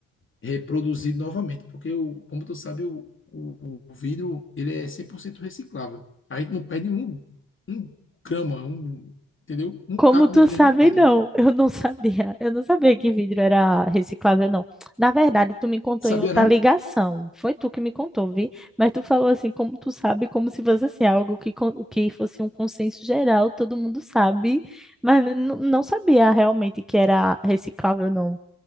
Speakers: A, on the left (about 35°); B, in the centre.
A: reproduzido novamente, porque, o, como tu sabe, o, o, o vidro ele é 100% reciclável. A gente não perde um, um grama, um, entendeu? Um
B: Como
A: caco
B: tu
A: de vidro
B: sabe,
A: a gente não perde.
B: não. Eu não sabia. Eu não sabia que vidro era reciclável, não. Na verdade, tu me contou
A: Sabia
B: em outra
A: não?
B: ligação. Foi tu que me contou, vi? Mas tu falou assim, como tu sabe, como se fosse assim, algo que, con- que fosse um consenso geral, todo mundo sabe. Mas n- não sabia realmente que era reciclável, não.